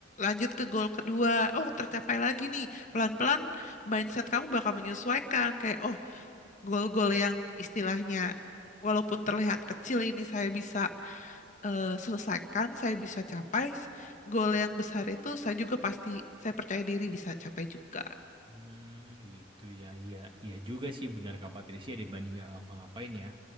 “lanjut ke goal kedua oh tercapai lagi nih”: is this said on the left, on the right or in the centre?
Left